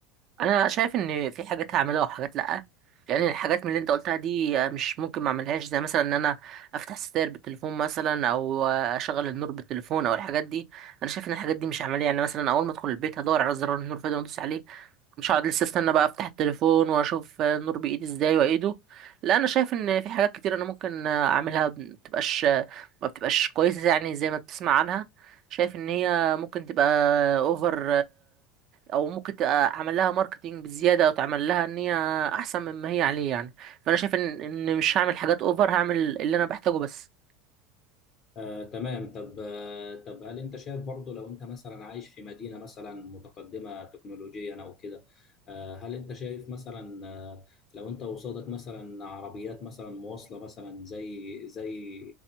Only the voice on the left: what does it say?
آه، تمام طب آه، طب هل انت شايف برضو لو انت مثلا عايش في مدينة مثلا متقدمة تكنولوجيا او كده آه، هل انت شايف مثلا آه، لو انت قصادك مثلا عربيات مثلا مواصلة مثلا زي زي